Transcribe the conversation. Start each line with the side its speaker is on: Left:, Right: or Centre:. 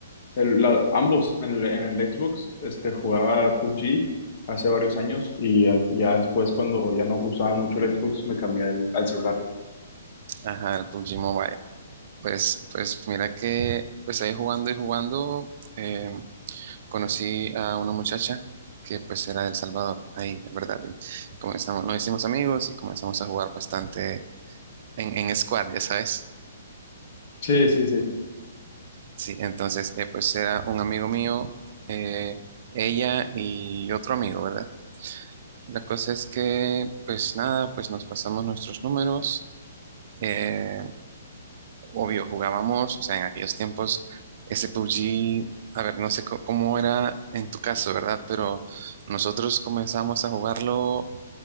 Left: El- la- ambos, en el, en el Xbox, este, jugaba PUBG hace varios años y al- ya después cuando ya no usaba mucho el Xbox me cambié al, al celular.
Right: Ajá, el PUBG Mobile. Pues, pues mira que pues ahí jugando y jugando eh, conocí a una muchacha que pues era de El Salvador, ahí, en verdad. y comenzamos, nos hicimos amigos y comenzamos a jugar bastante en, en squad, ya sabes.
Left: Sí, sí, sí,
Right: Sí, entonces eh, pues era un amigo mío, eh, ella y otro amigo, ¿verdad? La cosa es que pues nada, pues nos pasamos nuestros números. eh, obvio, jugábamos, o sea, en aquellos tiempos ese PUBG, a ver, no sé co- cómo era en tu caso, ¿verdad? Pero nosotros comenzamos a jugarlo